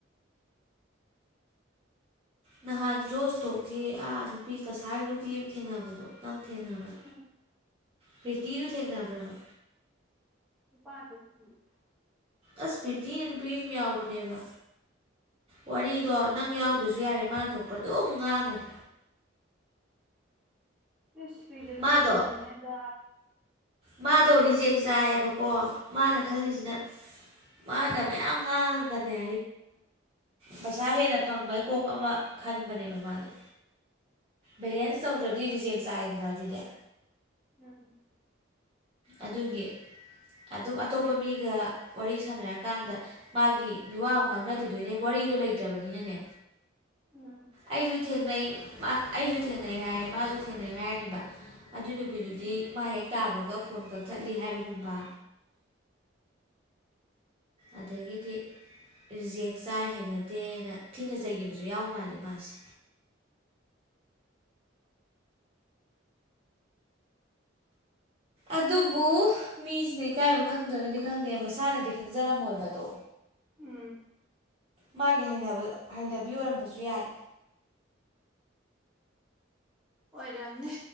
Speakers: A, on the right; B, in the centre.
A: ꯅꯍꯥꯟ ꯖꯣꯁꯇꯣꯛꯒꯤ ꯑꯥ ꯅꯨꯄꯤ ꯀꯁꯥꯔ ꯅꯨꯄꯤ ꯑꯃ ꯊꯦꯡꯅꯕꯗꯣ ꯅꯪ ꯊꯦꯡꯅꯕ꯭ꯔꯥ
B: ꯎꯝ
A: ꯄ꯭ꯔꯤꯇꯤꯗꯨ ꯊꯦꯡꯅꯕ꯭ꯔꯕ
B: ꯅꯨꯄ ꯑꯝꯇꯥ ꯊꯤꯕꯤꯌꯣ
A: ꯑꯁ ꯄ꯭ꯔꯤꯇꯤꯅ ꯅꯨꯄꯤ ꯑꯃ ꯌꯥꯎꯕꯅꯦꯕ ꯋꯥꯔꯤ ꯗꯣꯟ ꯅꯪ ꯌꯥꯎꯗ꯭ꯔꯁꯨ ꯌꯥꯔꯦ ꯃꯥꯥꯟ ꯊꯣꯛꯄ ꯑꯗꯨꯝ ꯉꯥꯡꯉꯅꯤ
B: ꯏꯁ
A: ꯃꯥꯗꯣ
B: ꯆꯥꯗꯕꯤꯅꯦ ꯑꯗꯣ
A: ꯃꯥꯗꯣ ꯔꯤꯖꯦꯛ ꯆꯥꯏꯌꯦꯕꯀꯣ ꯃꯥꯅ ꯈꯜꯂꯤꯁꯤꯅ
B: ꯎꯝ
A: ꯃꯥꯅ ꯃꯌꯥꯝ ꯉꯥꯡꯉꯒꯅꯦ ꯄꯩꯁꯥ ꯍꯦꯟꯅ ꯐꯪꯕꯩ ꯀꯣꯛ ꯑꯃ ꯈꯟꯕꯅꯦꯕ ꯃꯥꯗꯣ ꯕꯦꯂꯦꯟꯁ ꯇꯧꯗ꯭ꯔꯗꯤ ꯔꯤꯖꯦꯛ ꯆꯥꯥꯏꯗꯅ ꯑꯗꯨꯗꯤ
B: ꯎꯝ
A: ꯑꯗꯨꯒꯤ ꯑꯗꯨ ꯑꯇꯣꯞꯄ ꯃꯤꯒ ꯋꯥꯔꯤ ꯁꯥꯟꯅꯔꯀꯥꯟꯗ ꯃꯥꯒꯤ ꯃꯤꯋꯥ ꯑꯃꯨꯛ ꯉꯥꯡꯅꯕꯤꯗꯣꯏꯅꯦ ꯋꯥꯔꯤꯗꯣ ꯂꯩꯇ꯭ꯔꯕꯅꯤꯅꯅꯦ
B: ꯎꯝ
A: ꯑꯩꯁꯨ ꯊꯦꯡꯅꯩ ꯑꯩꯁꯨ ꯊꯦꯡꯅꯩ ꯍꯥꯏꯔꯦ ꯃꯥꯁꯨ ꯊꯦꯡꯅꯩ ꯍꯥꯏꯔꯅꯦꯕ ꯑꯗꯨꯏ ꯅꯨꯄꯤꯗꯨꯗꯤ
B: ꯎꯝ
A: ꯃꯥꯏ ꯍꯦꯛ ꯇꯥꯕꯒ ꯐ ꯀꯛꯊꯠꯂꯤ ꯍꯥꯏꯕꯒꯨꯝꯕ ꯑꯗꯒꯤꯗꯤ ꯔꯤꯖꯦꯛ ꯆꯥꯏ ꯍꯩꯅꯗꯦꯅ ꯊꯤꯅ ꯆꯩꯈꯤꯕꯁꯨ ꯌꯥꯎ ꯃꯥꯂꯦ ꯃꯥꯁꯦ ꯑꯗꯨꯕꯨ ꯃꯤꯁꯤꯅ ꯏꯀꯥꯏꯕ ꯈꯪꯗ꯭ꯔꯒꯗꯤ ꯈꯪꯗꯦ ꯃꯁꯥꯅꯗꯤ ꯈꯪꯖꯔꯝꯃꯣꯏꯕꯗꯣ
B: ꯎꯝ
A: ꯃꯥꯒꯤꯅ ꯍꯩꯅꯕ ꯍꯩꯅꯕꯤ ꯑꯣꯏꯔꯝꯕꯁꯨ ꯌꯥꯏ
B: ꯑꯣꯏꯔꯝꯅꯦ